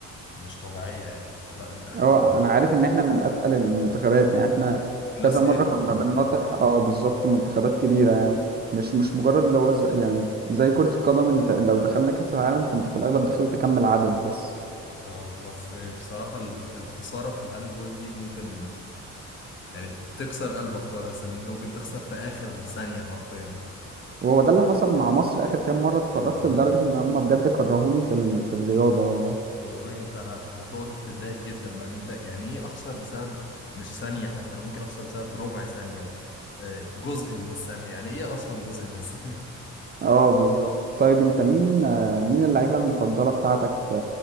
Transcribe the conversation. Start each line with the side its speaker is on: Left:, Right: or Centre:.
Left: مش طبيعيه يعني لا احنا
Right: اه انا عارف ان احنا من اتقل المنتخبات يعني احنا
Left: كلاس
Right: كذا مرة
Left: ايه في
Right: كنا
Left: الهاندبول
Right: بنناطح اه بالظبط منتخبات كبيرة يعني مش مش مجرد اللي هو ز- يعني زي كرة القدم انت لو دخلنا كأس العالم فانت في الاغلب دخلت كم العدد بس
Left: اه بس بصراحه ال- الخساره في الهاندبول دي ممكن يعني تكسر قلبك خالص ان انت ممكن تخسر في اخر ثانيه حرفيا
Right: وهو ده اللي حصل مع مصر اخر كام مرة اتفرجت
Left: بالظبط
Right: لدرجة ان هم بجد كرهوني في ال... في الرياضة والله
Left: والله انت هت... هتقعد هتتضايق جدا بقى ان انت يعني ايه اخسر بسبب مش ثانية حتى انا ممكن اخسر بسبب ربع ثانية آه، جزء من الثانية يعني ايه اصلا جزء من الثانية
Right: اه بالظبط طيب انت مين آه، مين اللعيبة المفضلة بتاعتك في